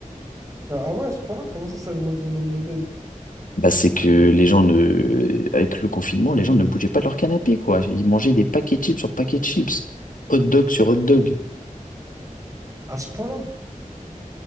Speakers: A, on the right; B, on the left.
A: Ah ah ouais, à ce point-là, comment ça, ça a augmenté le nombre de baises?
B: Bah, c'est que les gens ne, avec le confinement, les gens ne bougeaient pas de leur canapé, quoi. Ils mangeaient des paquets de chips sur paquets de chips, hot dog sur hot dog.
A: À ce point-là?